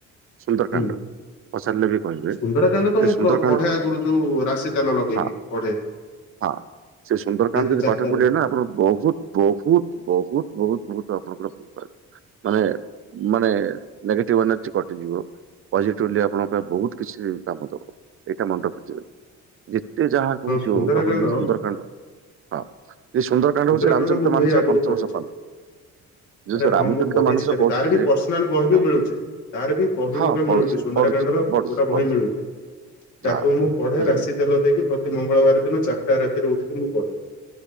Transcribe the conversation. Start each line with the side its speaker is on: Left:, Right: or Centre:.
Right: ସୁନ୍ଦରକାଣ୍ଡ
Left: ହୁଁ
Right: ପଚାରିଲେ ବି କହିବେ
Left: ସୁନ୍ଦରକାଣ୍ଡ
Right: ଏ
Left: ତ ମୁଁ
Right: ସୁନ୍ଦରକାଣ୍ଡ।
Left: ପ୍ର- ପଢେ ଆଗରୁ ଯୋଉ ରାଶି। ତାଲ
Right: ଆଛା
Left: ଲଗେଇକି ପଢେ
Right: ହଁ ସେ ସୁନ୍ଦରକାନ୍ତ
Left: ରାତି
Right: ଯଦି
Left: ଚାରିଟାରେ
Right: ପାଠ ପଢ଼ିବେ ନା ଆପଣ ବହୁତ। ବହୁତ, ବହୁତ, ବହୁତ, ବହୁତ ଆପଣଙ୍କର ଭଲ ମାନେ ମାନେ ନେଗେଟିଭ ଏନର୍ଜି କଟିଯିବ। ପଜିଟିଭଲି ଆପଣଙ୍କ ପାଇଁ ବହୁତ କିଛି କାମ ଦେବ ଏଇଟା ମନେ ରଖିଥିବେ। ଯେତେ ଯାହା ହଉଛି
Left: ହଁ ସୁନ୍ଦରାକାଣ୍ଡ
Right: ହଉ ଆପଣ ଜଦି ସୁନ୍ଦରକାଣ୍ଡ। ହଁ ଏ ସୁନ୍ଦର କାଣ୍ଡ
Left: ସୁନ୍ଦରାକାଣ୍ଡ
Right: ହଉଛି ରାମଚରିତ
Left: ମୁଁ ଭାଇ
Right: ମାନସର
Left: ଆଗରୁ
Right: ପଞ୍ଚମ
Left: ପଢିଛି
Right: ସୋପାନ। ଯୋଉ
Left: ଆରେ
Right: ସେ
Left: ହଁ
Right: ରାମଚରିତ
Left: ମୁଁ ପଢିଛି
Right: ମାନସ
Left: ତାକୁ
Right: କହୁଛନ୍ତି
Left: ତାର ବି ପର୍ସନାଲ ବହି ବି
Right: ହଁ।
Left: ମିଳୁଛି ତାର ବି ବହି
Right: ହଁ
Left: ଗୋଟେ
Right: ପଢୁଛି
Left: ମିଳୁଛି ସୁନ୍ଦରାକାଣ୍ଡ
Right: ପଢୁଛି
Left: ର।
Right: ପଢୁଛି
Left: ଗୋଟା
Right: ପଢୁଛି
Left: ବହି ମିଳୁଛି ତାକୁ
Right: ହଁ
Left: ମୁଁ ପଢେ
Right: ବୁଝିଲେ
Left: ରାଶି
Right: ନା
Left: ତେଲ ଦେଇକି। ପ୍ରତି ମଙ୍ଗଳବାର ଦିନ ଚାରିଟା ରାତିରୁ ଉଠିକି ମୁଁ ପଢେ।